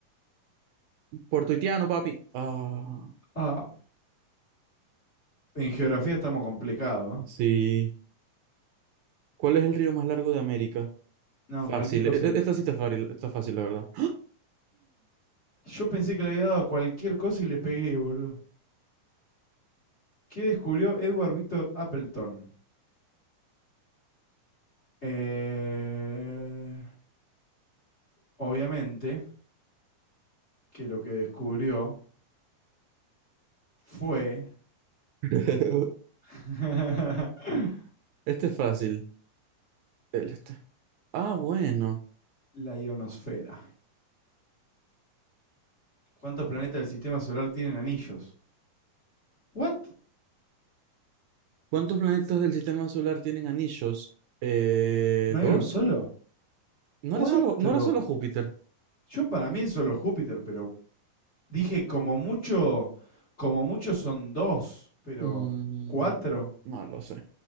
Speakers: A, on the right (about 75°); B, on the left (about 20°).
A: Puertorriqueño, papi. Ah,
B: Ah, en geografía estamos complicados. ¿eh?
A: sí. ¿Cuál es el río más largo de América?
B: No,
A: Fácil.
B: cualquier cosa
A: E- e-
B: le
A: Esta
B: di.
A: sí está fácil, está fácil, la verdad.
B: Yo pensé que le había dado cualquier cosa y le pegué, boludo. ¿Qué descubrió Edward Victor Appleton? Eh, obviamente que lo que descubrió fue
A: <laughs>
B: <laughs>
A: Este es fácil. El este. Ah, bueno.
B: la ionosfera. ¿Cuántos planetas del sistema solar tienen anillos? ¿What?
A: ¿Cuántos planetas del sistema solar tienen anillos? Eh,
B: ¿No hay
A: ¿dos?
B: uno solo?
A: No
B: Cuatro.
A: era solo, no era solo Júpiter.
B: Yo para mí es solo Júpiter, pero Dije, como mucho, como mucho son dos, pero
A: Mm,
B: cuatro.
A: no lo sé.